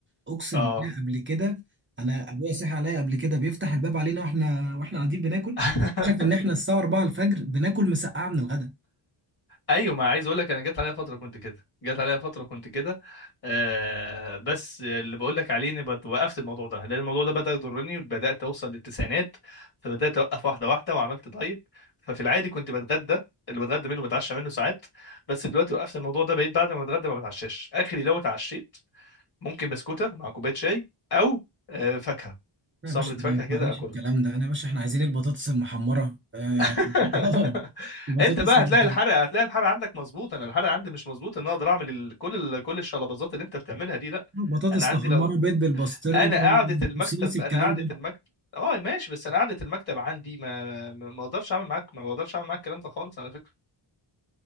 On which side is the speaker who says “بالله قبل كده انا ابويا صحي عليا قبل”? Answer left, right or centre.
Right